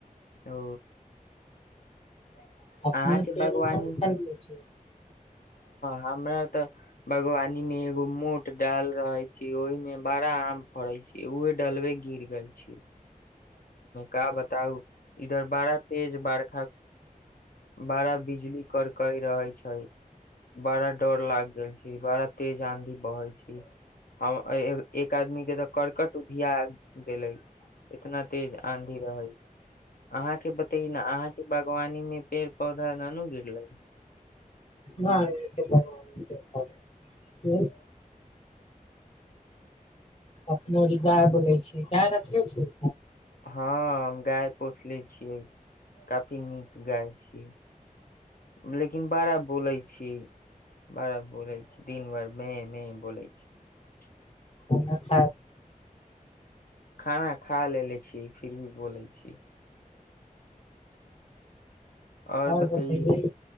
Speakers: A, on the left; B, on the left.
A: ओ अहाँक
B: अपने पेड़
A: बागवानी
B: उड़ न न
A: नहि,
B: खरीदले छियै
A: हमरा तऽ बागवानी मे एकटा मोट डालि छलै, ओहिमे पैघ-पैघ आम फलैत छलै। ओ डालि बरखा मे खसि गेल अछि। की कहू, एतय बर्खा बहुत तेज भ' रहल अछि। बड़ा बिजली करकई रहे छै। बड़ा डर लाग गेल छै। बड़ा तेज आँधी बहै छै। हम एक आदमीक तऽ करकट उड़ा देलक, एतेक तेज आँधी छलै। अहाँकेँ कहबो ने कएलहुँ, अहाँक बागवानी मे? पौधा ननू गर लै
B: नहि अपनहि गाय बोलै छै कि ने छै?
A: हँ हम गाय पोसले छियै। काफी नीक गाय छियै लेकिन बड़ा बोलै छी बड़ा बोलै छी दिन भरि मे बैसल छै।
B: ओ ख
A: खाना खा लेलेे छी फिर भी बोलै छी और
B: आओर
A: बतैय
B: बतइए